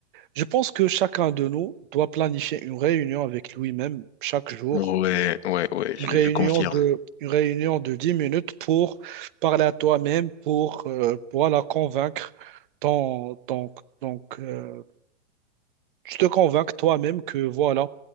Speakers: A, on the right (about 45°); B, on the left (about 65°).
A: je pense que chacun de nous doit planifier une réunion avec lui-même chaque jour
B: Ouais, ouais, ouais, je,
A: une réunion
B: je confirme.
A: de, une réunion de 10 minutes pour parler à toi-même, pour, euh, pour la convaincre. Ton, ton- donc, euh, tu te convaincs toi-même que voilà,